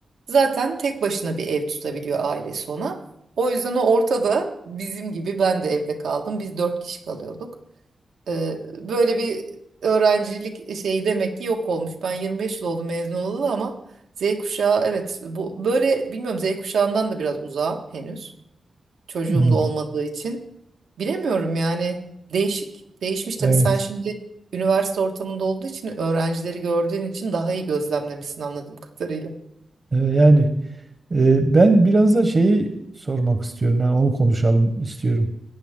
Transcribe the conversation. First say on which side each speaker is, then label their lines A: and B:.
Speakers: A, on the right; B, on the right.
A: zaten tek başına bir ev tutabiliyor ailesi ona. O yüzden o ortada bizim gibi ben de evde kaldım. Biz dört kişi kalıyorduk. E, böyle bir öğrencilik şeyi demek ki yok olmuş. Ben 25 yıl oldu mezun olalı ama Z kuşağı evet bu böyle bilmiyorum Z kuşağından da biraz uzağa henüz. çocuğum
B: Hı,
A: da olmadığı için. Bilemiyorum yani değişik. Değişmiş tabii
B: evet.
A: sen şimdi üniversite ortamında olduğu için öğrencileri gördüğün için daha iyi gözlemlemişsin anladığım kadarıyla.
B: E, yani e, ben biraz da şeyi sormak istiyorum. Yani onu konuşalım istiyorum.